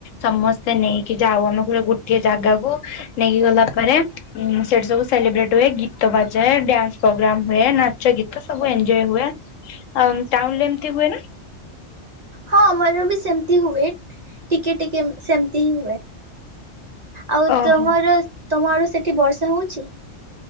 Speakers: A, on the left; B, on the right.
A: ସମସ୍ତେ ନେଇକି ଯାଉ ଆମେ କୋଟେ ଗୋଟିଏ ଜାଗାକୁ ନେଇକି ଗଲା ପରେ ଉ ସେଠି ସବୁ ସେଲିବ୍ରେଟ ହୁଏ ଗୀତ ବାଜା ଡ୍ୟାନ୍ସ ପ୍ରୋଗ୍ରାମ ହୁଏ ନାଚ ଗୀତ ସବୁ ଏନଜୟ ହୁଏ। ଟାଉନ ରେ ଏମିତି ହୁଏ ନା?
B: ହଁ ଆମର ବି ସେମତି ହୁଏ ଟିକେ ଟିକେ ସେମିତି ହିଁ ହୁଏ। ଆଉ
A: ଓହୋ।
B: ତମର ତମ ଆର ସେଠି ବର୍ଷା ହଉଛି?